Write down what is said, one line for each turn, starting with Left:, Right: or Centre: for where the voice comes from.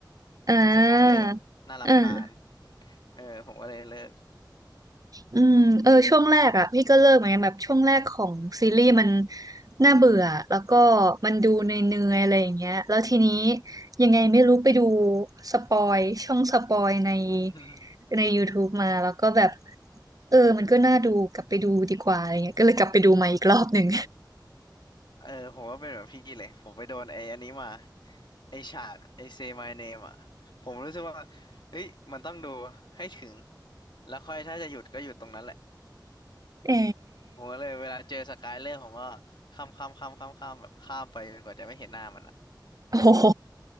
Right: อ่า
Left: ในสกายเลอร์อะน่ารำคาญ
Right: เออ
Left: เออผมก็เลยเลิก
Right: อืมเออช่วงแรกอ่ะพี่ก็เลิกเหมือนกันแบบช่วงแรกของซีรีส์มันน่าเบื่อแล้วก็มันดูเนื่อยๆอะไรอย่างเงี้ยแล้วทีนี้ยังไงไม่รู้ไปดูสปอยช่องสปอยใน
Left: <laughs>
Right: ใน YouTube มาแล้วก็แบบเออมันก็น่าดูกลับไปดูดีกว่าอะไรเงี้ยก็เลยกลับไปดูมาอีกรอบหนึ่ง
Left: เออผมก็เป็นแบบพี่เลยผมไปโดนไอ้อันนี้มาไอ้ฉากไอ้ Say My Name อ่ะผมรู้สึกว่าเฮ้ยมันต้องดูให้ถึงแล้วค่อยถ้าจะหยุดก็หยุดตรงนั้นแหละ
Right: เอ๋
Left: <laughs> ผมก็เลยเวลาเจอสกายเลอร์ผมก็ข้ามข้ามข้ามข้ามข้ามแบบข้ามไปจนกว่าจะไม่เห็นหน้ามันอ่ะ
Right: โอ้โห